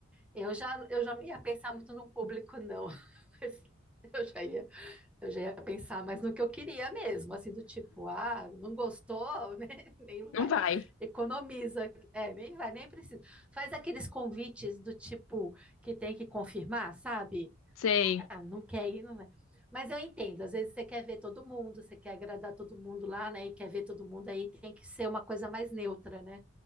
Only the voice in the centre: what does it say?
Eu já, eu já não ia pensar muito no público, não. <laughs> Mas eu já ia, eu já ia pensar mais no que eu queria mesmo, assim, do tipo, ah, não gostou, <laughs> né? Nem
vai.
Economiza, é, nem vai, nem precisa. Faz aqueles convites do tipo que tem que confirmar, sabe?
Ah, não quer ir, não vai. Mas eu entendo, às vezes você quer ver todo mundo, você quer agradar todo mundo lá, né? E quer ver todo mundo aí, tem que ser uma coisa mais neutra, né?